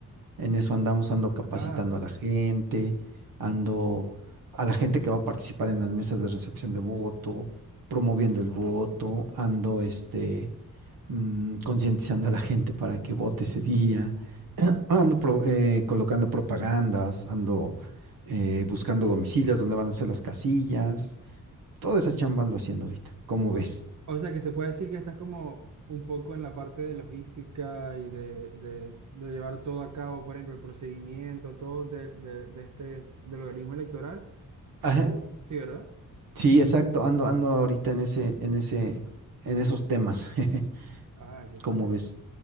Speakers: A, on the right (about 90°); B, on the right (about 60°).
A: En eso andamos, ando capacitando
B: Ah,
A: a la gente, ando a la gente que va a participar en las mesas de recepción de voto, promoviendo el voto, ando este mm, concientizando a la gente para que vote ese día.
B: Ujú.
A: <clears throat> Ando pro- eh, colocando propagandas, ando eh, buscando domicilios donde van a ser las casillas. Toda esa chamba ando haciendo ahorita, ¿cómo
B: o,
A: ves?
B: o sea que se puede decir que estás como un poco en la parte de logística y de, de- de llevar todo a cabo, por ejemplo, el procedimiento, todo de, de- de este, del organismo electoral.
A: Ajá,
B: Oh. Sí, ¿verdad?
A: sí, exacto, ando, ando ahorita en ese, en ese, en esos temas, <laughs>
B: Ah, qué excelente.
A: ¿cómo ves?